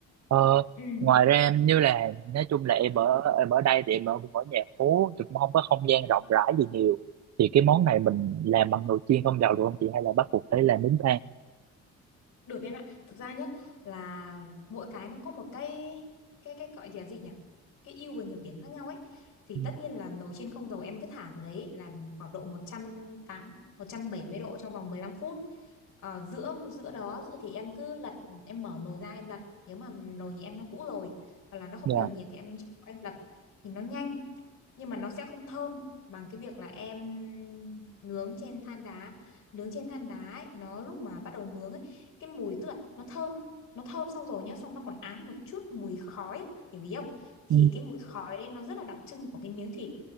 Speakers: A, on the right; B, on the left.
A: ờ,
B: ừ
A: ngoài ra em như là nói chung là em ở em ở đây thì em ở, cũng ở nhà phố thì cũng không có không gian rộng rãi gì nhiều thì cái món này mình làm bằng nồi chiên không dầu được không chị hay là bắt buộc phải làm nướng than
B: Được em ạ. Thực ra nhá là mỗi cái nó có một cái cái cái gọi là gì nhỉ? Cái ưu và nhược điểm khác nhau ấy. Thì
A: Ừ,
B: tất nhiên là nồi chiên không dầu em cứ thả vào đấy là khoảng độ một một trăm trăm tám một trăm bảy mươi độ trong vòng 15 phút. Ờ, giữa giữa đó giữa thì em cứ lật em mở nồi ra em lật nếu mà nồi nhà em nó cũ rồi hoặc là nó không
A: dạ
B: đều nhiệt thì em em lật thì nó nhanh nhưng mà nó sẽ không thơm bằng cái việc là em nướng trên than đá nướng trên than đá ấy, nó lúc mà bắt đầu nướng ấy, cái mùi tức là nó thơm nó thơm xong rồi nhá xong nó còn ám một chút mùi khói hiểu ý không thì
A: Ừ,
B: cái mùi khói đấy nó rất là đặc trưng của cái miếng thịt